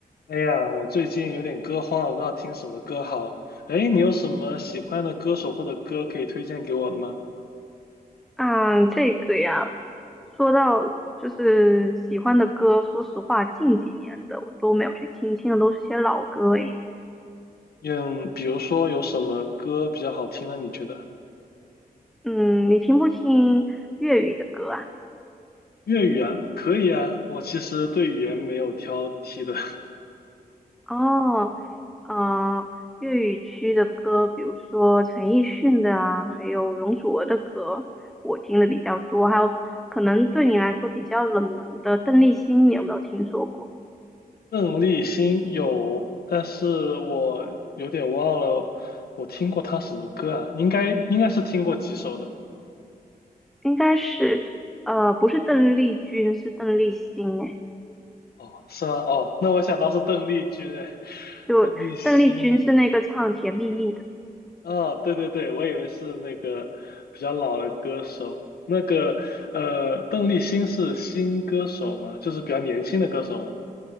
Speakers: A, on the left; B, in the centre.
A: 哎呀，我最近有点歌荒，我不知道听什么歌好。哎，你有什么喜欢的歌手或者歌可以推荐给我的吗？
B: 嗯，这个呀，说到就是喜欢的歌，说实话，近几年的我都没有去听，听的都是些老歌诶。
A: 嗯，比如说有什么歌比较好听呢？你觉得？
B: 嗯，你听不听粤语的歌啊？
A: 粤语啊，可以啊，我其实对语言没有挑剔的。
B: 哦，呃，粤语区的歌，比如说陈奕迅的啊，还有容祖儿的歌，我听的比较多。还有可能对你来说比较冷门的邓丽欣，你有没有听说过？
A: <laughs> 邓丽欣有，但是我有点忘了我听过她什么歌啊，应该应该是听过几首的。
B: 应该是，呃，不是邓丽君，是邓丽欣诶。
A: 哦，是吗？哦，那我想到是邓丽君，哎，<laughs>
B: 就邓丽君是那个唱《甜蜜蜜》的，
A: 邓丽欣。啊，对对对，我以为是那个比较老的歌手，那个呃，邓丽欣是新歌手吗？就是比较年轻的歌手吗？